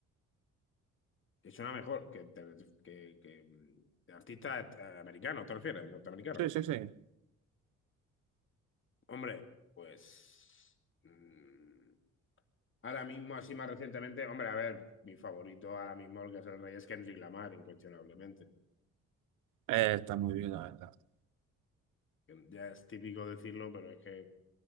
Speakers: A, on the left (about 40°); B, on the right (about 85°).
A: Y suena mejor que, que, que, que mm, de artistas eh, americanos, ¿te refieres? Norteamericanos.
B: Sí, sí, sí. Eh,
A: Hombre, pues... mm, Ahora mismo, así más recientemente, hombre, a ver, mi favorito ahora mismo, el que es el rey, es Kendrick Lamar, incuestionablemente.
B: está muy bien, la verdad. <laughs>
A: Ya es típico decirlo, pero es que